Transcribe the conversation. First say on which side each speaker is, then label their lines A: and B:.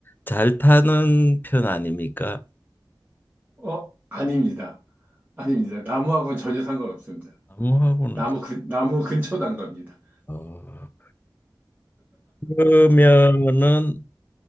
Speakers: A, on the left (about 25°); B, on the right (about 20°).
A: 잘 타는 편 아닙니까?
B: 어, 아닙니다. 아닙니다. 나무하고는 전혀 상관없습니다.
A: 나무하고는
B: 나무 근 나무 근처 단 겁니다.
A: 어, 그러면은